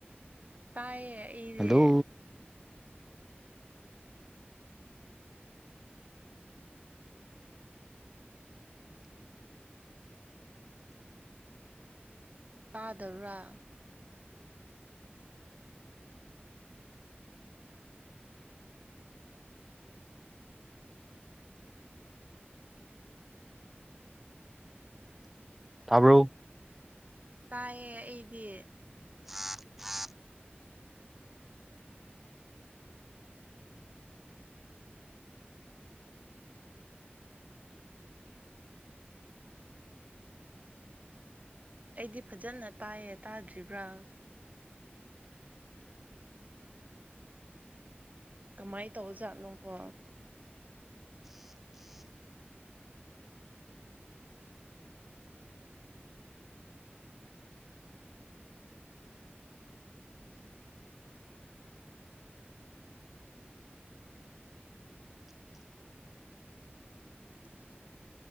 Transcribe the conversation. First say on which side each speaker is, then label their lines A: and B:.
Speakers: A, on the right; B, in the centre.
A: ꯇꯥꯏꯌꯦ ꯑꯩꯗꯤ
B: ꯍꯜꯂꯣ
A: ꯇꯥꯗꯕꯔꯣ?
B: ꯇꯥꯕꯔꯣ
A: ꯇꯥꯏꯌꯦ ꯑꯩꯗꯤ
B: <unintelligible>
A: ꯑꯩꯗꯤ ꯐꯖꯅ ꯇꯥꯏꯌꯦ ꯇꯥꯗ꯭ꯔꯤꯕꯔꯥ ꯀꯃꯥꯏ ꯇꯧꯖꯥꯠꯅꯣꯀꯣ <unintelligible>